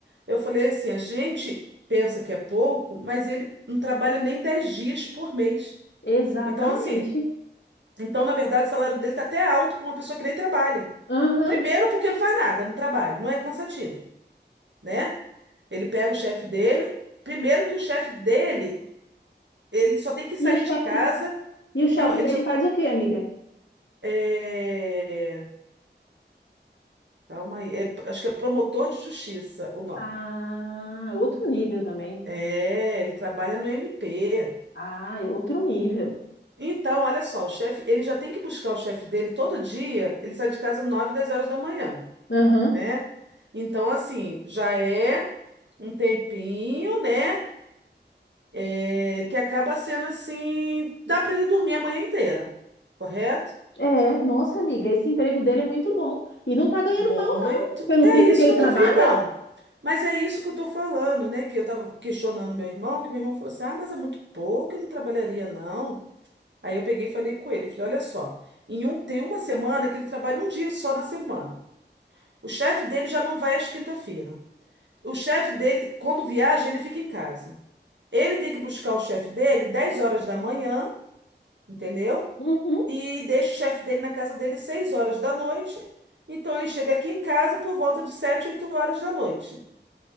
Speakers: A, on the right (about 80°); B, on the left (about 80°).
A: Eu falei assim, a gente pensa que é pouco, mas ele não trabalha nem 10 dias por mês.
B: Exatamente.
A: Então, assim, então, na verdade, o salário dele está até alto para uma pessoa que nem trabalha.
B: Aham.
A: Primeiro, porque não faz nada no trabalho, não é cansativo, né? Ele pega o chefe dele. Primeiro que o chefe dele, ele só tem que sair
B: E o
A: de
B: chefe,
A: casa.
B: e o
A: Não,
B: chefe
A: ele
B: dele
A: só.
B: faz o quê, amiga?
A: é, Calma aí. É- acho que é promotor de justiça o nome.
B: Ah, outro nível também.
A: É, ele trabalha no MP.
B: Ah, é outro nível.
A: Então, olha só, o chefe, ele já tem que buscar o chefe dele todo dia. Ele sai de casa 9 10 horas da manhã,
B: Aham.
A: né? Então, assim, já é um tempinho, né? É, que acaba sendo assim, dá para ele dormir a manhã inteira, correto?
B: É, nossa, amiga, esse emprego dele é muito bom. E não tá ganhando
A: Muito.
B: mal, não, pelo
A: É
B: tempo
A: isso
B: que ele
A: que eu
B: trabalha.
A: tô. Então, mas é isso que eu tô falando, né? Que eu tava questionando meu irmão, que meu irmão falou assim: ah, mas é muito pouco, eu não trabalharia, não. Aí eu peguei e falei com ele, falei, olha só, em um, tem uma semana que ele trabalha um dia só na semana. O chefe dele já não vai às quinta-feira. O chefe dele, quando viaja, ele fica em casa. Ele tem que buscar o chefe dele 10 horas da manhã, entendeu?
B: Uhum.
A: e deixa o chefe dele na casa dele seis horas da noite. Então ele chega aqui em casa por volta de sete, oito horas da noite.